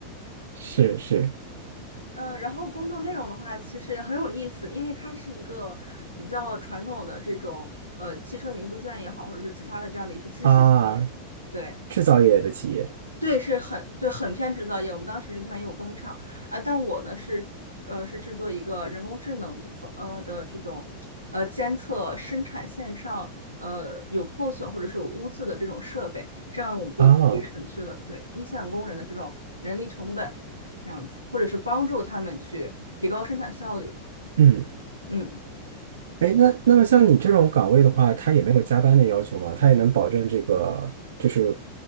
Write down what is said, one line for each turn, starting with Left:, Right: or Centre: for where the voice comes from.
Right: <laughs> 是是
Left: 呃，然后工作内容的话，其实也很有意思，因为它是一个比较传统的这种呃汽车零部件也好，或者是其他的这样的一个机械，
Right: 啊，
Left: 对，
Right: 制造业的企业
Left: 对，是很对，很偏制造业。我们当时那个地方也有工厂啊，但我呢是呃是制作一个人工智能的方呃的这种呃监测生产线上呃有破损或者是有污渍的这种设备，这样我们就可以省去了对一线工人的这种人力成本，
Right: 哦，
Left: 这样子，或者是帮助他们去提高生产效率。
Right: 嗯，
Left: 嗯。
Right: 哎，那那么像你这种岗位的话，它也没有加班的要求吗？它也能保证这个就是